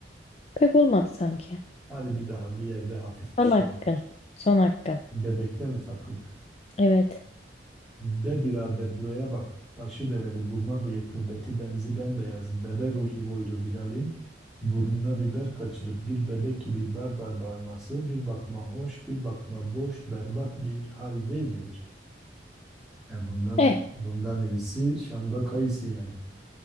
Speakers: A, on the left (about 35°); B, in the centre.
A: Pek olmadı sanki.
B: Hadi bir daha bir yerde hafif bir
A: Son
B: şey
A: hakkın.
B: ol.
A: Son hakkın.
B: Bebekte mi takıldık?
A: Evet.
B: Be birader buraya bak. Başı bereli, burma bıyıklı, beti benzi bembeyaz, bebe ruhi boylu Bilal'in burnuna biber kaçırıp bir bebek gibi barbar bağırması bir bakıma hoş, bir bakıma boş, berbat bir hal değil midir? Ya bundan
A: Eh.
B: bundan iyisi Şam'da kayısı yani.